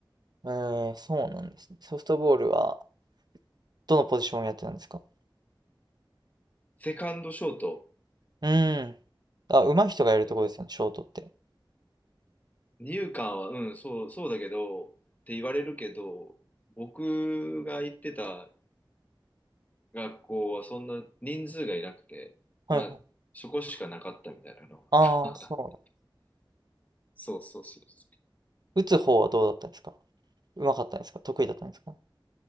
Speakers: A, on the right; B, on the left.
A: えー、そうなんですね。ソフトボールは、どのポジションをやってたんですか
B: セカンドショート。
A: うーん。あ、上手い人がやるところですよね、
B: あの
A: ショートって。
B: 二遊間は、うん、そう、そうだけど、って言われるけど、僕が言ってた学校はそんな人数がいなくて、
A: はいはい。
B: まあ、そこしかなかったみたいなのは。
A: ああ、そ
B: <laughs> そうそうそうそ
A: う。打つ方はどうだったんですか上手かったんですか得意だったんですか